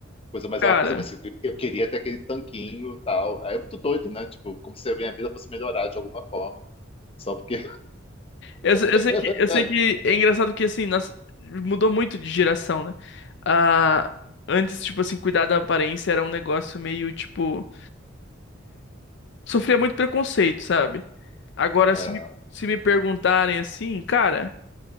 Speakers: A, on the left; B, on the left.
A: Coisa, mas
B: cara.
A: é uma coisa, mas assim, eu queria ter aquele tanquinho e tal. Aí eu tô doido, né? Tipo, como se a minha vida fosse melhorar de alguma forma. Só porque.
B: Eu, se-
A: <laughs>
B: eu sei que, eu sei que é engraçado que assim, nós, mudou muito de geração, né? Ah, antes, tipo assim, cuidar da aparência era um negócio meio, tipo, sofria muito preconceito, sabe? Agora,
A: É.
B: se me, se me perguntarem assim, cara,